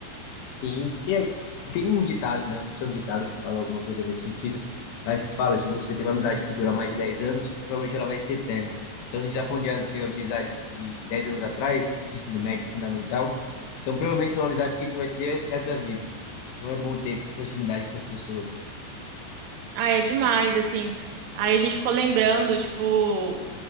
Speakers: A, on the left (about 80°); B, on the right (about 75°).
A: Sim, sim, é- tem um ditado, né? Não sei é um ditado que fala alguma coisa nesse sentido, mas que fala, se você tem uma amizade que dura mais de 10 anos, provavelmente ela vai ser eterna. Então, se a gente tá falando de, a- de amizades de 10 anos atrás, de ensino médio fundamental, então provavelmente são amizades que a gente vai ter o resto da vida. Então é bom ter proximidade com essas pessoas.
B: Ah, é demais, assim. Aí a gente ficou lembrando, tipo,